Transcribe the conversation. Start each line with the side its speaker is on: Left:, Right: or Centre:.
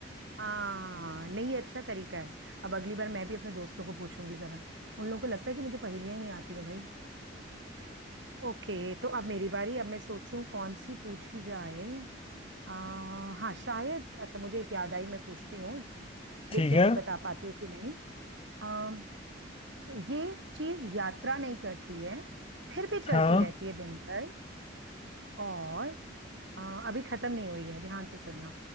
Right: हाँ नहीं ये अच्छा तरीका है अब अगली बार मैं भी अपने दोस्तों को पूछूंगी जरा उन लोगों को लगता है कि मुझे पहेलियां ही नहीं आती हैं भाई ओके तो अब मेरी बारी अब मैं सोचूं कौन सी पूछी जाए आ, हाँ शायद अच्छा मुझे एक याद आई मैं पूछती हूँ देखते
Left: ठीक
Right: हैं
Left: है
Right: तुम बता पाती हो कि नहीं आ, ये चीज यात्रा नहीं करती है फिर भी चलती
Left: हाँ
Right: रहती है दिन भर और अ, अभी खत्म नहीं हुई है ध्यान से सुनना